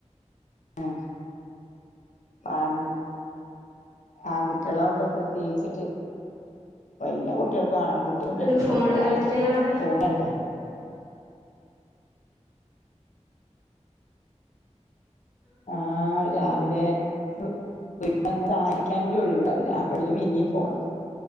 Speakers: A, on the left; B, on the right.
A: ആ പണി ആൺകുട്ടിയളാവുമ്പോപ്രത്യേയിച്ചിട്ട് എല്ലാകുട്ടികള ഇപ്പൊ ആൺകുട്ടിയളും
B: ഒരു
A: പെൺകുട്ടിയളൊക്കെവാണ്ടേ
B: ഫോണില് കളിക്കലാണല്ലോ
A: ഫോണണ്ടെ? ആഹ് രാവിലെ <unintelligible> കൂടി ഒഴിവ്ണ്ടാവില്ല അപ്പഴേക്കുംപിന്നീംഫോണ്